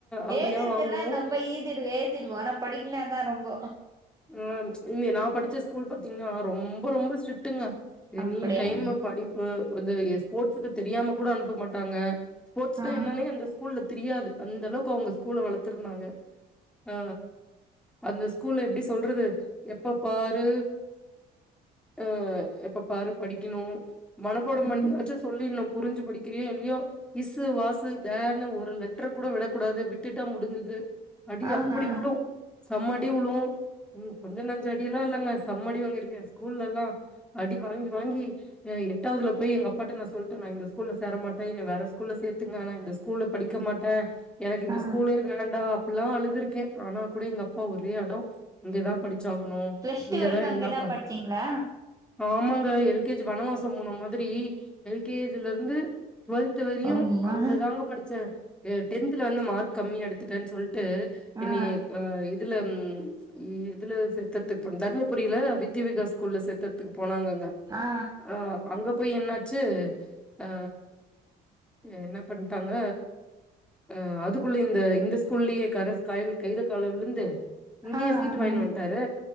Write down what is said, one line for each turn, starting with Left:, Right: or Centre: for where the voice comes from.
Centre: அடியா
Right: ஏதிருக்குன்னா
Centre: வாங்குவோம்.
Right: நம்ப ஈதிடு ஏழுதிடுவோ அனா படிக்குனா தா ரொம்ப
Centre: ம் இல்ல நா படிச்ச ஸ்கூல் பாத்தீங்ன்னா ரொம்ப ரொம்ப ஸ்ட் ட்ங்க எனி
Right: அப்படியா
Centre: டைம் படிப்பு படிப்பு வந்து ஸ்போட்ஸ்க்கு தெரியாம கூட அனுப்ப மாட்டாங்க ஸ்போட்ஸ்னா
Right: ஆ
Centre: என்னானே அந்த ஸ்கூல்ல தெரியாது அந்த அளவுக்கு அவங்க ஸ்கூல வளத்துருந்தாங்க ஆ அந்த ஸ்கூல்ல எப்டி சொல்றது எப்ப பாரு அ எப்ப பாரு படிக்கணு மனப்பாடம் பண்ணியாச்சு
Right: ம்
Centre: சொல்லிரனு புரிஞ்சு படிக்கிறியோ இல்லையோ இஸ்சு வாசு தேர் இன்னு ஒரு லெட்ரு கூட விடக்கூடாது விட்டுட்டா முடிஞ்சுது அடி
Right: ஆஹா
Centre: அப்படி உளு செம அடி உழுவு ம் கொஞ்சம் நஞ்ச அடியெல்லா இல்லங்க செம அடி வாங்கிருக்கே ஸ்கூல்ல எல்லா அடி வாங்கி வாங்கி எ எட்டாவதுல போய் எங்க அப்பாட்ட நா சொல்ட்ட நா இந்த ஸ்கூல்ல சேர மாட்ட என்ன வேற ஸ்கூல்ல சேத்துங்க ஆனா இந்த ஸ்கூல்ல படிக்க மாட்டே எனக்கு இந்த
Right: ஆ
Centre: ஸ்கூலே வேண்டா அப்புல்லா அழுதுருக்கே ஆனா கூட எங்க அப்பா ஒரே அடோ இங்கதா படிச்சாகணு
Right: பிளஸ்
Centre: இங்கதா
Right: டூ வரைக்கு அங்கதா
Centre: எல்லா ப
Right: படிச்சீங்களா
Centre: ஆமாங்க எல் கே ஜி வனவாசம் போன மா திரி எல் கே ஜி ல இருந்து ட்வல்த்து வரையு
Right: அம்மா
Centre: அங்கதாங்க படிச்சே எ டென்த்துல வந்து மார்க் கம்மியா எடுத்துட்டேன் சொல்ட்டு என்னய
Right: ஆ
Centre: அ இதுல ம் இதுல சேத்தது போ தர்மபுரில வித்ய விகாஸ் ஸ்கூல்ல சேத்தது க்கு போனாங்கங்க
Right: ஆ
Centre: அ அங்க போய் என்னாச்சு அ என்ன பண்ட்டாங்க அ அதுக்குள்ள இந்த இந்த ஸ்கூல்லயே கரஸ் கை கைல கால்ல விழுந்து இங்கயே
Right: ஆ ஆ
Centre: சீட்டு வாங்கினு வன்ட்டாரு